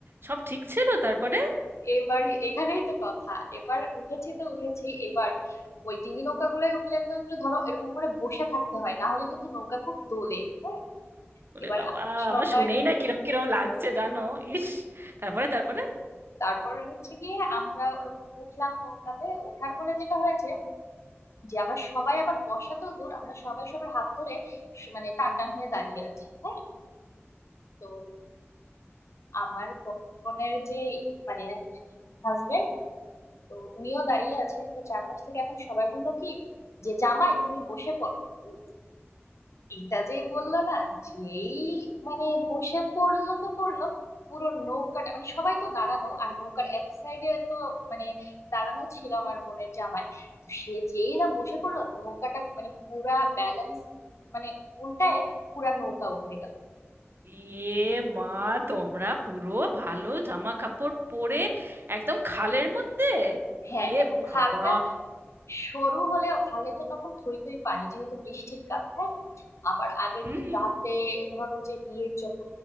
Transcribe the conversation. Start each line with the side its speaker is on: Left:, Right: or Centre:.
Right: সব ঠিক ছিল তারপরে
Left: এবারই এখানেই তো কথা এবার উঠেছি তো উঠেছি এবার ওই ডিঙি নৌকা গুলোয় উঠলে তো একটু ধরো এরকম করে বসে থাকতে হয় না হলে কিন্তু নৌকা খুব দোলে হ্যাঁ
Right: ওরে
Left: এবার
Right: বাবা
Left: সবাই
Right: আমার শুনেই না কিরম কিরম লাগছে জানো ইস তারপরে তারপরে
Left: তারপর হচ্ছে গিয়ে আমরা ওরকম উঠলাম নৌকাতে ওঠার পরে যেটা হয়েছে যে আমরা সবাই আবার বসা তো দূর আমরা সবাই সবার হাত ধরে স- মানে টান টান হয়ে দাঁড়িয়ে আছি হ্যাঁ তো আমার বড় বোনের যে মানে হাজবেন্ড তো উনিও দাঁড়িয়ে আছে তো চারপাশ থেকে এখন সবাই বললো কি যে জামাই তুমি বসে পড়ো হুম, এটা যে বললো না যেই মানে বসে পড়লো তো পড়লো পুরো নৌকাটা মানে সবাই তো দাঁড়ানো আর নৌকার এক সাইডে তো মানে দাঁড়ানো ছিল আমার বোনের জামাই তো সে যেই না বসে পড়লো নৌকাটা মানে পুরা ব্যালেন্স মানে উল্টায় পুরা নৌকা উল্টে গেল
Right: এ মা তোমরা পুরো ভালো জামা কাপড় পরে একদম খালের মধ্যে
Left: হ্যাঁ
Right: এ
Left: এখন
Right: বাবা
Left: খালটা সরু হলেও খালে তো তখন থই থই পানি যেহেতু বৃষ্টির কাল হ্যাঁ আবার আগের
Right: হুম
Left: দিন রাতে ধরো যে বিয়ের যত